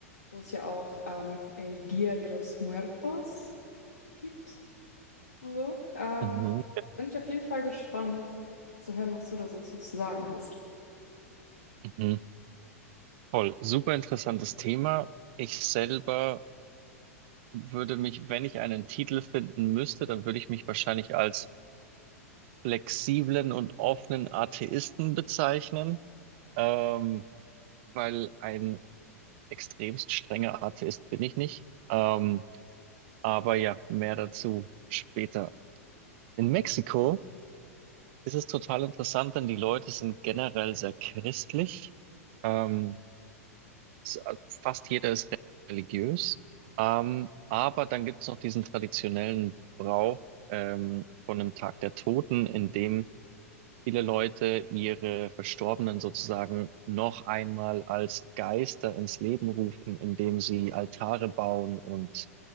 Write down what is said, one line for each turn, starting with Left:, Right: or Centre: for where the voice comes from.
Left: wo es ja auch ähm, El Día de los Muertos gibt und so. Ähm,
Right: Mhm,
Left: bin ich auf jeden Fall gespannt zu hören, was du da so zu, zu sagen hast.
Right: mhm. Toll, super interessantes Thema. Ich selber würde mich, wenn ich einen Titel finden müsste, dann würde ich mich wahrscheinlich als flexiblen und offenen Atheisten bezeichnen, ähm, weil ein extremst strenger Atheist bin ich nicht. Ähm, aber ja, mehr dazu später. In Mexiko ist es total interessant, denn die Leute sind generell sehr christlich. Ähm, s- fast jeder ist religiös. Ähm, aber dann gibt es noch diesen traditionellen Brauch ähm, von einem Tag der Toten, in dem viele Leute ihre Verstorbenen sozusagen noch einmal als Geister ins Leben rufen, indem sie Altare bauen und